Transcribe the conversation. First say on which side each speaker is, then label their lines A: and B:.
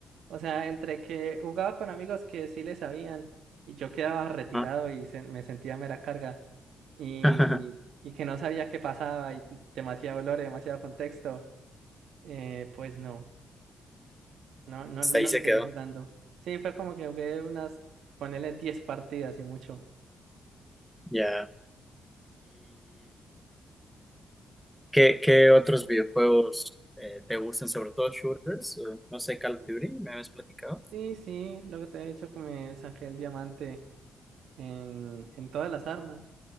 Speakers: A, on the right; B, in the centre.
A: O sea, entre que jugaba con amigos que sí le sabían y yo quedaba retirado
B: Ah,
A: y se- me sentía mera carga y,
B: <laughs>
A: y que no sabía qué pasaba y demasiado olor y demasiado contexto, eh, pues no. No, no,
B: Hasta
A: no
B: ahí se
A: la seguí
B: quedó.
A: jugando. Sí, fue como que jugué unas, ponele 10 partidas y mucho.
B: Ya. ¿Qué, qué otros videojuegos eh, te gustan, sobre todo shooters? Eh, No sé, Call of Duty, me habías platicado.
A: Sí, sí, lo que te he dicho que me saqué el diamante en, en todas las armas.